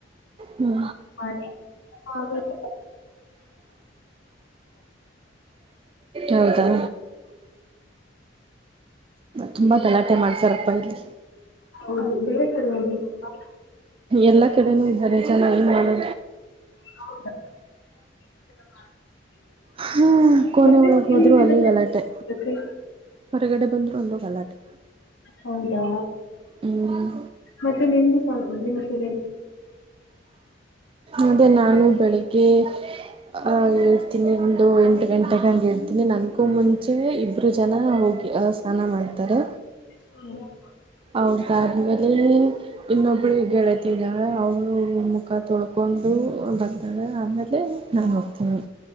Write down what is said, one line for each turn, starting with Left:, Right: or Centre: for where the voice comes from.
Right: ಹ್ಮ
Left: ಮಾಡಿ ಆಮೇಲ್
Right: ಹೌದಾ, ತುಂಬಾ ಗಲಾಟೆ ಮಾಡ್ರಪ್ಪಾ ಇಲ್ಲಿ
Left: ಹೌದು ಬೇರೆ ಕಡೆ ಹೋಗ್ಬೇಕಪ್ಪ
Right: ಎಲ್ಲಾ ಕಡೆನೂ ಇದಾರೆ ಚೆನ್ನಾಗಿ ನೋಡು.
Left: <inaudible>
Right: ಹಾ ಕೋಣೆ
Left: ಮತ್ತೆ
Right: ಒಳಗೆ
Left: ನಿಮ್ದು
Right: ಹೋದ್ರು ಅಲ್ಲಿ ಗಲಾಟೆ,
Left: ದಿನಚರಿ
Right: ಹೊರಗಡೆ ಬಂದ್ರು ಅಲ್ಲಿ ಗಲಾಟೆ,
Left: ಹೌದಾ,
Right: ಹ್ಮ್,
Left: ಮತ್ತೆ ನಿಮ್ದು ಸ ದಿನಚರಿಯ
Right: ಅದೇ ನಾನು ಬೆಳಿಗ್ಗೆ ಆ, ತಿನಿ ಒಂದು ಎಂಟು ಗಂಟೆೆಗೆ ಹಂಗೆ ಎದ್ರೆ ನನ್ಗೂ ಮುಂಚೆ ಇಬ್ಬರು ಜನ ಹೋಗಿ ಆ, ಸ್ನಾನ ಮಾಡ್ತಾರೆ.
Left: <inaudible>
Right: ಅವ್ರದಾದ್ಮೇಲೆ ಇನ್ನೊಬ್ಬಳಿಗೆ ಗೆಳತಿದಾಳೆ ಅವಳು ಮುಖ ತೊಳಕ ಕೊಂಡು ಬರ್ತಳೆ ಆಮೇಲೆ ನಾನು ಹೋಗ್ತೀನಿ.